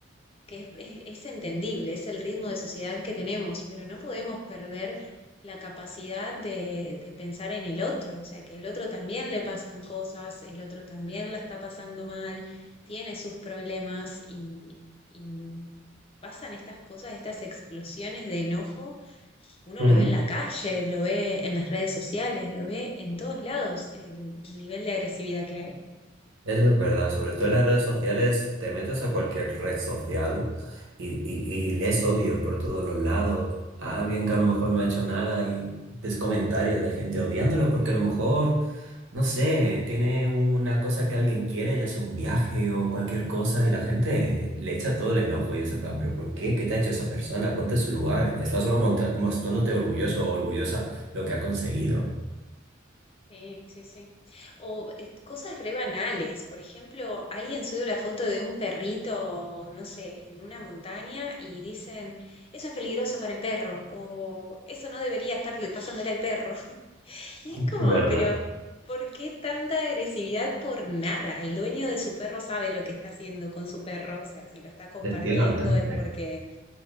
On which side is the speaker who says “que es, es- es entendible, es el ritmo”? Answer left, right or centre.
Left